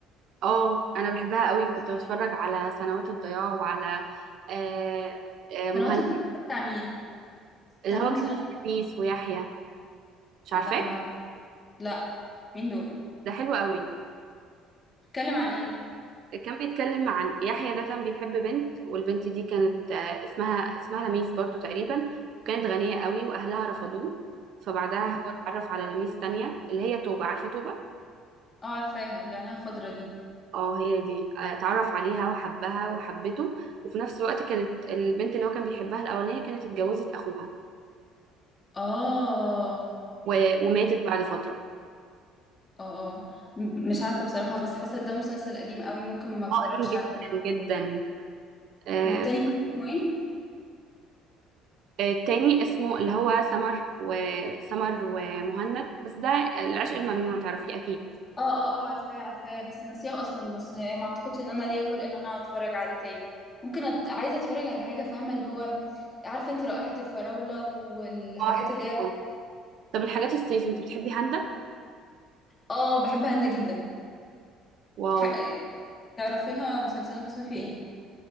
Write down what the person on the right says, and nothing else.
اه انا بحبها قوي كنت بتفرج على سنوات الضياع وعلى آه، آه، مهند
اللي هو
كان
فيه أنيس ويحيى مش عارفاه
ده حلو قوي
كان بيتكلم عن يحيى ده كان بيحب بنت والبنت دي كانت آه، اسمها اسمها لميس برضو تقريبا كانت غنية قوي واهلها رفضوه فبعدها
هو اتعرف على لميس تانية اللي هي توبة عارفة توبة
اه هي دي آه، اتعرف عليها وحبها وحبته وفي نفس الوقت كانت البنت اللي هو كان بيحبها الأولانية كانت اتجوزت أخوها
و- وماتت بعد فترة
حقن جدا
جدا آه،
ف-
آه، التاني اسمه اللي هو سمر وسمر ومهند بس ده العشق الممنوع تعرفيه أكيد
اه حلو.
آه. طب الحاجات الصيف انت بتحبي هندة
واو